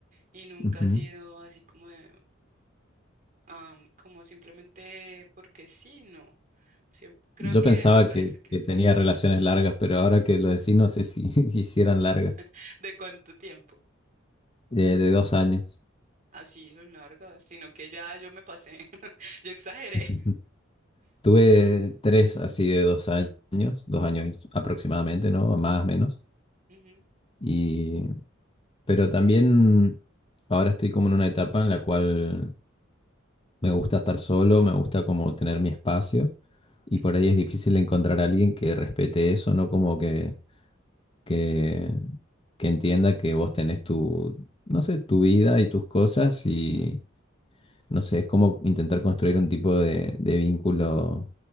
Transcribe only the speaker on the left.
Ujú.
Yo
pensaba
que,
que
tenía
relaciones largas, pero ahora que lo decís, no sé si, <laughs> si hicieran largas,
eh, de dos años.
Ujú. Tuve tres así de dos años, dos años aproximadamente, ¿no? Más o menos.
Y, pero también ahora estoy como en una etapa en la cual Me gusta estar solo, me gusta como tener mi espacio y
por ahí es difícil encontrar a alguien que respete eso, ¿no? Como que, que, que entienda que vos tenés tu, no sé, tu vida y tus cosas y, no sé, es como intentar construir un tipo de, de vínculo,